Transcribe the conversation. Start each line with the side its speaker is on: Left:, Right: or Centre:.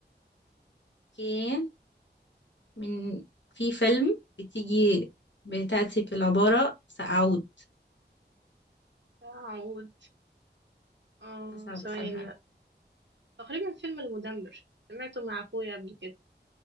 Left: اوكي من في فيلم بتيجي بتأتي في العبارة سأعود
Right: أعود اه
Left: ده صعب
Right: ثواني
Left: الصراحة
Right: بقى تقريبا فيلم المدمر سمعته مع أخويا قبل كده